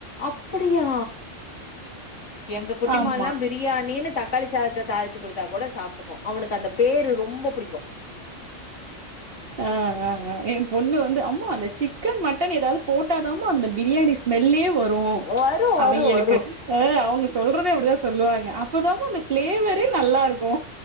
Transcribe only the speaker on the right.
ஆமா
ஆ, ஆ அ என் பொண்ணு வந்து அம்மா அந்த சிக்கன் மட்டன் ஏதாவது போட்டாதாம்மா அந்த பிரியாணி ஸ்மெல்லே வரு,
அவங்களுக்கு
அ அவங்க சொல்றதே அப்டிதா சொல்லுவாங்க அப்பதாம்மா அந்த பிளேவரே நல்லா இருக்கு